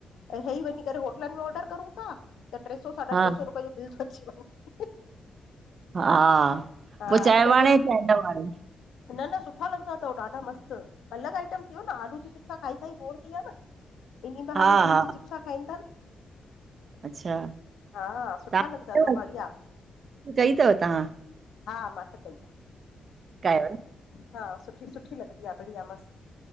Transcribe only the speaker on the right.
हा
हा
पो चांये
वणे
चांये न वणे।
हा
हा
अच्छा
तव्हां
कई अथव तव्हां
कयो